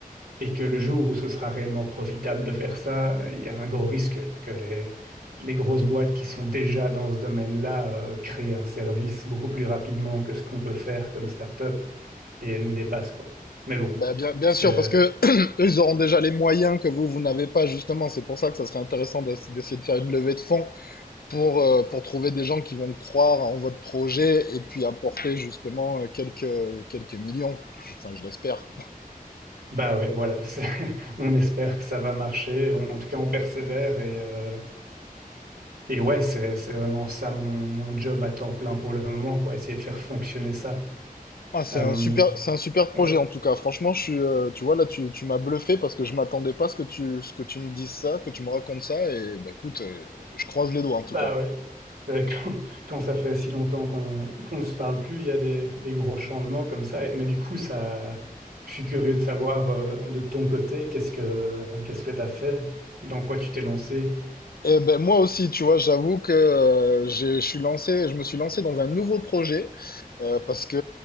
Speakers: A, on the right; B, on the left.
A: et que le jour où ce sera réellement profitable de faire ça, il y a un gros risque que les, les grosses boîtes qui sont déjà dans ce domaine-là euh, créent un service beaucoup plus rapidement que ce qu'on peut faire comme start-up et nous dépassent, quoi. Mais bon,
B: Ben, bien, bien
A: c'est...
B: sûr, parce que <clears throat> eux, ils auront déjà les moyens que vous, vous n'avez pas, justement. C'est pour ça que ça serait intéressant d'ess- d'essayer de faire une levée de fonds pour, euh, pour trouver des gens qui vont croire en votre projet et puis apporter justement euh, quelques, quelques millions. Enfin, je l'espère.
A: Bah ouais, voilà. c'est- <laughs> On espère que ça va marcher. En en tout cas, on persévère et... euh, Et ouais, c'est, c'est vraiment ça mon, mon job à temps plein pour le moment, quoi, essayer de faire fonctionner ça.
B: Ah, c'est
A: Euh,
B: un super, c'est un super projet
A: ouais,
B: en tout cas. Franchement, je suis, euh, tu vois, là, tu, tu m'as bluffé parce que je m'attendais pas à ce que tu, ce que tu me dises ça, que tu me racontes ça. Et ben, écoute, euh, je croise les doigts en tout
A: bah
B: cas.
A: ouais. C'est Quand, <laughs> quand ça fait si longtemps qu'on qu'on ne se parle plus, il y a des, des gros changements comme ça. Et- Mais du coup, ça, je suis curieux de savoir euh, de ton côté, qu'est-ce que qu'est-ce que t'as fait, dans quoi tu t'es lancé.
B: Eh ben moi aussi, tu vois, j'avoue que euh, j'ai- je suis lancé, je me suis lancé dans un nouveau projet euh, parce que